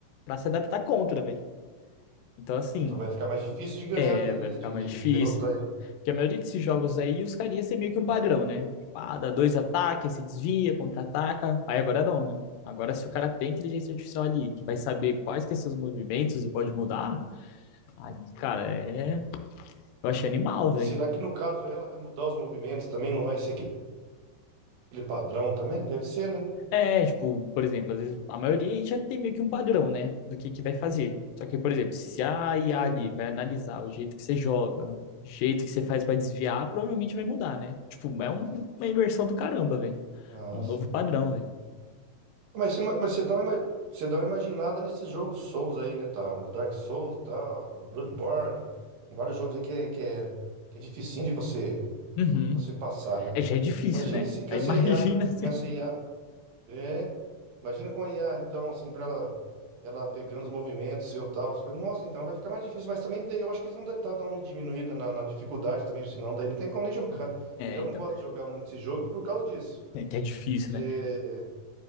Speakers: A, on the left; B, on the right.
A: pra se adaptar contra, velho. Então, assim,
B: então vai ficar mais difícil de ganhar
A: é,
B: dele,
A: vai
B: né?
A: ficar
B: De,
A: mais
B: de
A: difícil.
B: derrotar
A: Porque a maioria desses jogos aí, os carinhas têm meio que um padrão, né? Tipo, Ah, dá dois ataques, se desvia, contra-ataca. Aí agora não, né? Agora, se o cara tem inteligência artificial ali, que vai saber quais que são seus movimentos e pode mudar, aí, cara, é. Eu achei animal, velho.
B: E será que no caso ela vai mudar os movimentos também? Não vai ser aquele padrão também? Deve ser, né?
A: É, tipo, por exemplo, às vezes a maioria já tem meio que um padrão, né, do que que vai fazer. Só que, por exemplo, se a IA
B: Sim.
A: ali vai analisar o jeito que você joga, o jeito que você faz pra desviar, provavelmente vai mudar, né? Tipo, é um- uma imersão do caramba, velho.
B: Ah,
A: Um novo
B: sim.
A: padrão, velho.
B: Mas, se- mas você dá uma, ima- você dá uma imaginada nesses jogos Souls aí, né? Tá? Os Dark Souls, tal, Bloodborne. Tem vários jogos aí que é, que é, que é dificinho de você,
A: Uhum.
B: de você passar, né?
A: É, já é difícil,
B: Imagina
A: né?
B: se com
A: Aí
B: essa
A: imagina
B: IA,
A: <laughs> se...
B: com essa I A É, imagina com a IA, então, assim, pra ela, ela pegando os movimentos, seu tal, as coisas. Nossa, então vai ficar mais difícil, mas também daí eu acho que eles vão dar dar uma diminuída na, na dificuldade também, senão daí não tem como nem <laughs> jogar.
A: É,
B: Eu já
A: então,
B: não gosto de jogar muito esse jogo por causa disso.
A: é que é difícil,
B: Você
A: né?